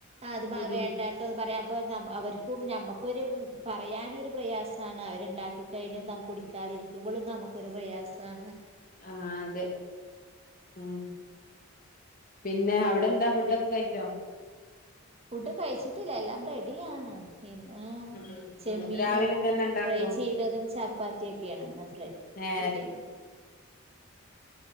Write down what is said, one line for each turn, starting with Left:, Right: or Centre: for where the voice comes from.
Right: അത്
Left: ഉം
Right: വേണ്ടട്ടോന്ന്
Left: ഉം
Right: പറയാം അപ്പൊ അവർക്കും ഞമ്മക്കും നമുക്കൊരു പറയാനും ഒരു പ്രയാസമാണ് അവരുണ്ടാക്ക കഴിഞ്ഞൽ നമുക്ക് കുടിക്കാതിരിക്കുമ്പോഴും നമുക്കൊരു പ്രയാസമാണ്
Left: ആ അതെ ഉം പിന്നെ അവിടെന്താ ഫുഡ്
Right: പി-
Left: ഒക്കെ കഴിച്ചോ <inaudible>
Right: ഫുഡ് കഴിച്ചിട്ടില്ല എല്ലാം റെഡിയാണ് ഇന്ന്
Left: ഉം ഉം
Right: ചെമ്മീനും
Left: ഉം രാവിലെ തന്നെ ഉണ്ടാക്കോ
Right: ഫ്രൈ ചെയ്തതും ചപ്പാത്തി ഒക്കെയാണ് ഇന്ന് ഫ്രൈ
Left: നേരത്തെ
Right: ഫുഡിന്